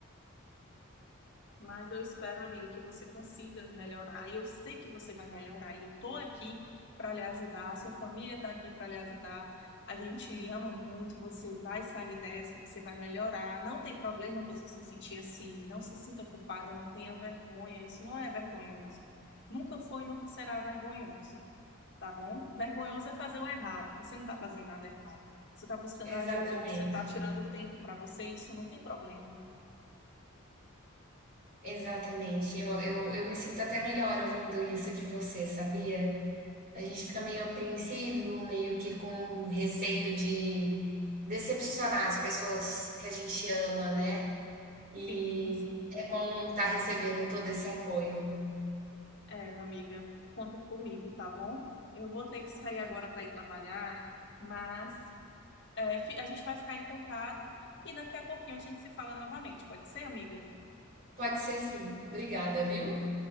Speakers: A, on the left; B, on the right.
A: Mas eu espero, amiga, que você consiga melhorar. E eu sei que você vai melhorar. E eu tô aqui para lhe ajudar. A sua família tá aqui para lhe ajudar. A gente lhe ama muito. Você vai sair dessa, você vai melhorar. Não tem problema você se sentir assim. Não se sinta culpada, não tenha vergonha. Isso não é vergonhoso. Nunca foi, nunca será vergonhoso. tá bom? Vergonhoso é fazer o errado. Você não está fazendo nada errado. Você está buscando
B: exatamente,
A: ajuda, você está tirando tempo para você, isso não tem problema.
B: exatamente. Eu eu eu me sinto até melhor ouvindo isso de você, sabia. A gente fica meio apreensivo, meio que com receio de decepcionar as pessoas que a gente ama, né. E
A: Sim, enfim.
B: é bom estar recebendo todo esse apoio.
A: É, amiga, conta comigo, tá bom? Eu vou ter que sair agora para ir trabalhar, mas é, fi- a gente vai ficar em contato e daqui a pouquinho a gente se fala novamente, pode ser, amiga?
B: Pode ser sim. Obrigada, viu.